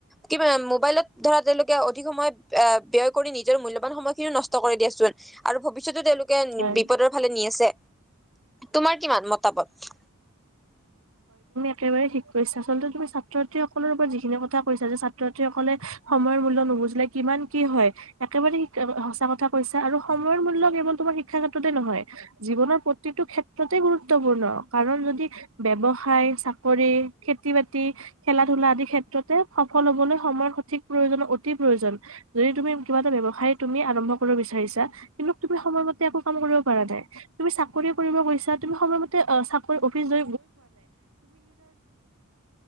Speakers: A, in the centre; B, on the right.
A: কিবা মোবাইলত ধৰা তেওঁলোকে অধিক সময় আহ ব্যয় কৰি নিজৰ মূল্যবান। সময় খিনিও নষ্ট কৰি দিয়াচোন আৰু ভৱিষ্যতো তেওঁলোকে
B: হয়।
A: বিপদৰ ফালে নি আছে। তোমাৰ কিমান মতামত।
B: একেবাৰেঠিক কৈছা। আচলতে তুমি ছাত্ৰ- ছাত্ৰী সকলৰ ওপৰত যিখিনি কথা কৈছা যে ছাত্ৰ। ছাত্ৰী সকলৰ সময়ৰ মূল্য নুবুজিলে কিমান কি হয় একেবাৰে সঁচা কথা কৈছা। আৰু সময়ৰ। ছাত্ৰীৰ মূল্য কেৱল তোমাৰ শিক্ষা ক্ষেত্ৰতে নহয়। জীৱনৰ প্ৰতিটো ক্ষেত্ৰতে গুৰুত্ব গুৰুত্বপূৰ্ণ কাৰণ যদি ব্যৱসায় চাকৰি খেতি- বাতি খেলা ধূলা আদি খেত মুঠতে সফল হবলৈ সময়ৰ সঠিক প্ৰয়োজন। অতি প্ৰয়োজন যদি তুমি কিবা এটা ব্যৱসায় তুমি আৰম্ভ। <unintelligible> বিচাৰিছা কিন্তু তুমি সময়মতে একো কাম কৰিব পৰা নাই। তুমি চাকৰি কৰিব গৈছা তুমি। প্ৰথমতে চাকৰি অফিচ। <inaudible>